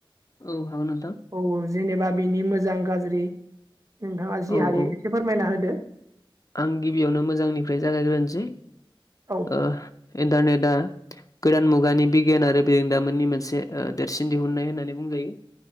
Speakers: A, on the left (about 40°); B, on the right (about 35°).
A: औ हागोन नोंथां।
B: औ जेनेबा बिनि मोजां गाज्रि नोंथाङा जि
A: औ
B: हायो
A: औ
B: एसे फोरमायना होदो।
A: आं गिबियावनो मोजांनिफ्राय जागायग्रोनसै
B: औ
A: ओ इन्टारनेटआ गोदान मुगानि बिगियान आरो बेरोंदामोननि मोनसे देरसिन दिहुननाय होननानै बुंजायो।